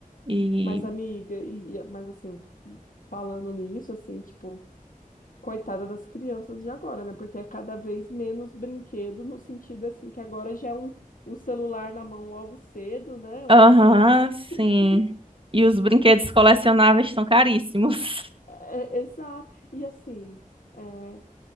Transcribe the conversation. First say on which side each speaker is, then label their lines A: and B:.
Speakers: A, on the right (about 35°); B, on the left (about 70°).
A: E
B: mas, amiga, e, e- mas assim, falando nisso, assim, tipo. Coitada das crianças de agora, né? Porque é cada vez menos brinquedo, no sentido assim, que agora já é um, um celular na mão logo cedo, né? Um
A: aham,
B: tablet.
A: sim.
B: <laughs>
A: E os brinquedos colecionáveis estão caríssimos. <laughs>
B: É, é, exato. E assim, é,